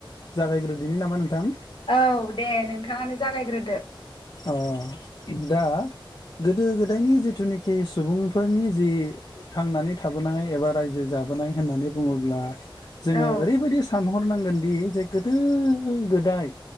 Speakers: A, on the left (about 50°); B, on the left (about 70°).
A: जागायग्रोदिनि नामा नोंथां?
B: औ दे नोंथाङानो जागायग्रोदो।
A: अ दा गोदो गोदायनि जिथुनाखि सुबुंफोरनि जि थांनानै थाबोनाय एबा रायजो जानाय। माबोनाय होननानै बुङोब्ला। जोङो
B: औ
A: ओरैबायदि सानहरनांगोनदि जे गोदो गोदाय